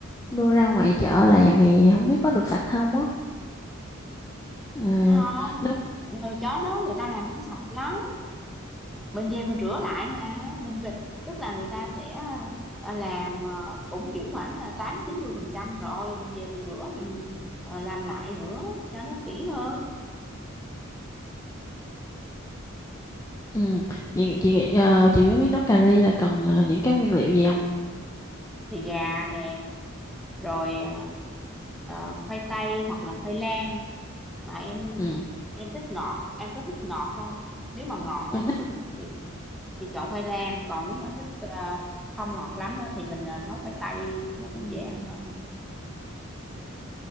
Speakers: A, on the left; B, in the centre.
A: đưa ra ngoài chợ làm thì không biết có được sạch không á à,
B: không
A: nó
B: rồi chó đó người ta làm cũng sạch lắm mình về mình rửa lại mà mình về tức là người ta sẽ ờ, làm ờ, cũng kiểu khoảng là tám chín mươi phần trăm rồi mình về mình rửa mình ờ, làm lại nữa cho nó kỹ hơn
A: Ừ. Chị, chị nghĩ ờ, chị có biết nấu cà ri là cần ờ, những cái nguyên liệu gì không?
B: thì gà nè rồi ờ, ờ, khoai tây hoặc là khoai lang mà em
A: Ừ.
B: em thích ngọt em có thích ngọt không nếu mà ngọt á
A: Em thích
B: thì thì chọn khoai lang còn nếu mà thích ờ, không ngọt lắm á, thì mình ờ, nấu khoai tây đi nó cũng dễ ăn hơn